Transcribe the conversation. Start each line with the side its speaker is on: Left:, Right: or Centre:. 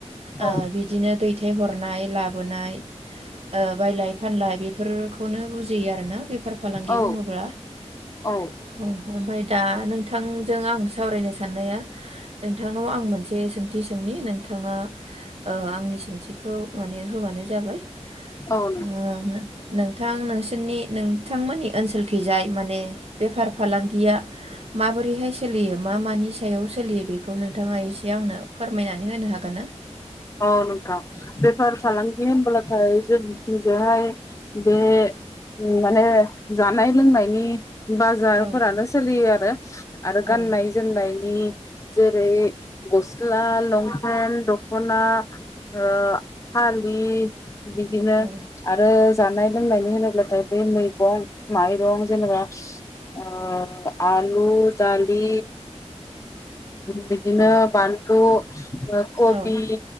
Left: औ
Right: ओ बिदिनो दैथायहरनाय लाबोनाय ओ बायलाय फानलाय बेफोरखौनो बुजियो आरोना बेफार फालांगि
Left: औ
Right: बुङोब्ला
Left: औ
Right: अ ओमफाय दा नोंथांजों आं सावरायनो साननाया नोंथांनाव आं मोनसे सोंथि सोंनि नोंथाङा ओ आंनि सोंथि खौ माने होबानो जाबाय
Left: औ
Right: ओ नों नोंथां नोंसोरनि नों थांमोननि ओनसोलखि जाय माने बेफार फालांगिया माबोरैहाय सोलियो मा मानि सायाव? सोलियो बेखौ नोंथाङा एसे आंनो फोरमायनानै होनो हागोन ना?
Left: औ नोंथां बेफार फालांगि होनब्लाथाय जोंनि थिंजाय बे माने जानाय लोंनायनि बाजारफोरानो
Right: औ
Left: सोलियो आरो आरो गाननाय
Right: औ
Left: जोमनायनि जेरै गस्ला लंफेन द ख'ना ओ फालि बिदिनो
Right: औ
Left: आरो जानाय लोंनायनि होनोब्लाथाय बे मैगं माइरं जेनेबा ओ आलु दालि बिदिनो
Right: औ
Left: बानलु अ कबि
Right: औ